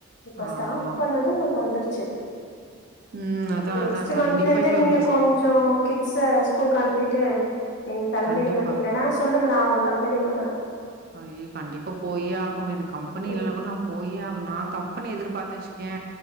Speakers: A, on the left; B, on the right.
A: இப்ப ஸ்டாப்
B: ஆமா.
A: பண்ணது உங்ளுக்கு வந்துருச்சி
B: ம். அதான்,
A: நெக்ஸ்ட்டு
B: அதான். கண்டிப்பா
A: மந்த்ல இருந்தே
B: இப்ப
A: நீங்க
B: உங்க ஸ்
A: கொஞ் சோ கிட்ஸ ஸ்கூல்கு அன்பிட்டு நீங் கெளம்பிடுங்க
B: கண்டிப்பா.
A: இல்லனா சொல்லுங்க நா உங் கம்பெனி குடுக்கற
B: அய்யோ கண்டிப்பா போயே ஆகனு எனக்கு கம்பெனி
A: ம்
B: இல்லனா கூட நா போயே ஆகுனு நா கம்பெனி எதிர்பாத்த வெச்சுக்யே